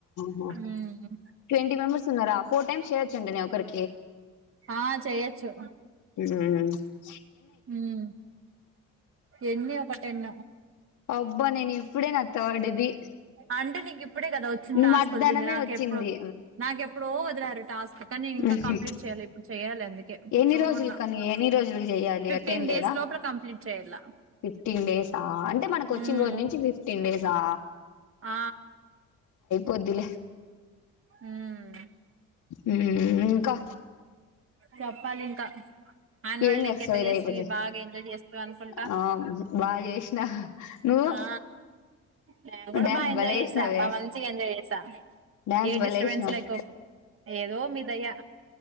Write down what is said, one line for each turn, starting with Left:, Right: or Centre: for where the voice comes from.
Left: హ
Right: ఉమ్
Left: ట్వంటీ మెంబెర్స్ ఉన్నారా ఫోర్ టైమ్స్ చెయ్యొచండి నేన్ ఒకరికి
Right: ఆ చెయ్యొచ్చు
Left: ఉహు
Right: హ్మ్ ఎన్ని ఒక టెన్
Left: అబ్బా నేనిప్పుడే నా థర్డ్ది ఇది
Right: అంటే నీకు ఇప్పుడే కదా వచ్చింటాస్క్
Left: మధ్యాహ్నమే
Right: వదిలింది నాకెప్పుడో
Left: వచ్చింది
Right: నాకెప్పుడో వదిలారు టాస్క్ కానీ నేనింకా
Left: మ్మ్
Right: కంప్లీట్ చేయాలే ఇప్పుడు చెయ్యోలే అందుకే కూచ్చోన్న
Left: ఎన్ని రోజులు కని ఎన్ని రోజులకి చెయ్యాలి
Right: ఫిఫ్టీన్
Left: అట్టేం లేదా
Right: డేస్ లోపల కంప్లీట్ చేయాల
Left: ఫిఫ్టీన్ డేసా అంటే మనకొచ్చిం
Right: ఉమ్
Left: రోజు నుంచి ఫిఫ్టీన్ డేసా
Right: ఆ
Left: వద్దులే
Right: హ్మ్
Left: మ్మ్ ఇంకా
Right: చెప్పాలింకా అన్నుయల్
Left: ఏం
Right: డే
Left: చేస్తావు
Right: కి ఏటా
Left: ఇది
Right: చేస్తివి
Left: అయిపోతే
Right: బాగా ఎంజాయ్ చేస్తివన్కుంట
Left: ఆ బాగా చేసినా నువ్వు
Right: హా నేను కూడా
Left: డ్యాన్స్
Right: బాగా ఎంజాయ్
Left: భలే ఏసినవే
Right: చేసా బాగా మంచిగా ఎంజాయ్ చేసా
Left: డ్యాన్స్
Right: ఏ
Left: భలే
Right: డిస్టబన్స్
Left: ఏసినావ్
Right: లేకో ఏదో మీ దయా